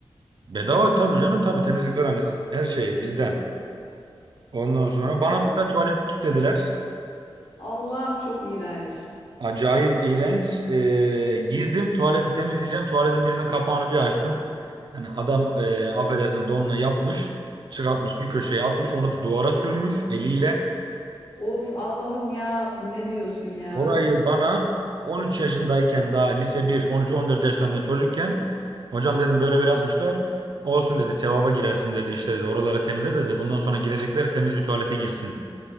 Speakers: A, on the right (about 50°); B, on the left (about 60°).
A: Bedava tabii canım tabii temizlikler annesi. Her şey bizden. Ondan sonra
B: Ya.
A: bana bir de tuvaleti kilitlediler.
B: Allah çok iğrenç.
A: Acayip iğrenç. Ee, girdim tuvaleti temizleyeceğim. Tuvaletin birinin kapağını bir açtım. Yani adam ee, affedersin donla yapmış. Çıkartmış bir köşeye atmış. Onu da duvara sürmüş eliyle.
B: Of Allah'ım ya Rabbim ne diyorsun ya?
A: Orayı bana 13 yaşındayken daha lise 1, 13-14 yaşlarında çocukken hocam dedim böyle böyle yapmışlar. Olsun dedi sevaba girersin dedi işte dedi. Oraları temizle dedi. Bundan sonra girecekler temiz bir tuvalete girsin.